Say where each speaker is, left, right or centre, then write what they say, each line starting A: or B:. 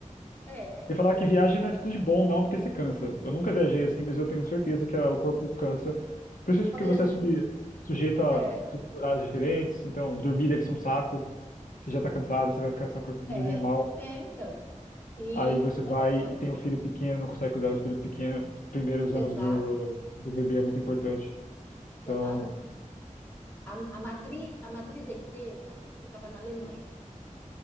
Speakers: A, on the left; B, on the left.
A: é,
B: E falar
A: é.
B: que viagem não é tudo de bom, não, porque você cansa. Eu nunca viajei assim, mas eu tenho certeza que ah, o corpo cansa. Principalmente
A: Olha,
B: porque você é sub- sujeito a
A: é,
B: horários diferentes, então dormir deve ser um saco. Você já tá cansado, você vai ficar só dormir
A: é,
B: mal.
A: é, então. E
B: Aí você vai
A: olha só,
B: e tem o filho pequeno, não consegue cuidar do filho pequeno. Primeiro, os
A: exato,
B: anos do, do bebê é muito importante. Então,
A: exato. A, a matriz, a matriz da empresa ficava na Alemanha.